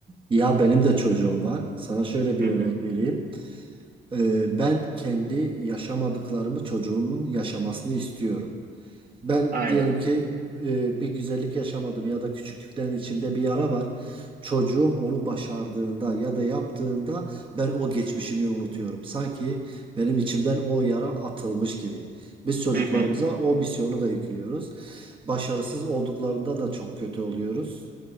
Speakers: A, on the right; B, on the right.
A: Ya benim de çocuğum var. Sana şöyle bir
B: Hı
A: örnek
B: hı.
A: vereyim. E, ben kendi yaşamadıklarımı çocuğumun yaşamasını istiyorum. Ben
B: Aynen.
A: diyelim ki e, bir güzellik yaşamadım ya da küçüklükten içimde bir yara var. Çocuğum onu başardığında ya da yaptığında ben o geçmişimi unutuyorum. Sanki benim içimden o yara atılmış gibi. Biz çocuklarımıza
B: Hı hı.
A: o misyonu da yüklüyoruz. Başarısız olduklarında da çok kötü oluyoruz.